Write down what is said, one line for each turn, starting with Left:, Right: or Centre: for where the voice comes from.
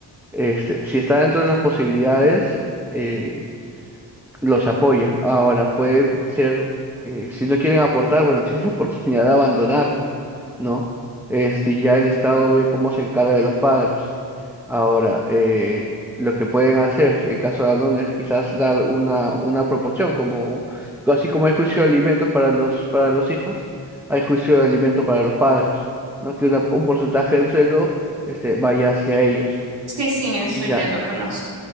Centre: Este, si está dentro de las posibilidades, eh, los apoya. Ahora, puede ser, eh, si no quieren aportar, bueno, tienes la oportunidad de abandonarlo, ¿no? Este, ya el Estado ve cómo se encarga de los padres. Ahora, eh, lo que pueden hacer, si en caso de abandono, es quizás dar una, una proporción, como, así como hay juicio de alimentos para los, para los hijos, hay juicio de alimentos para los padres, ¿no? Que una- un porcentaje del sueldo, este, vaya hacia ellos.
Right: Sí, sí, eso
Centre: Ya,
Right: ya lo conozco.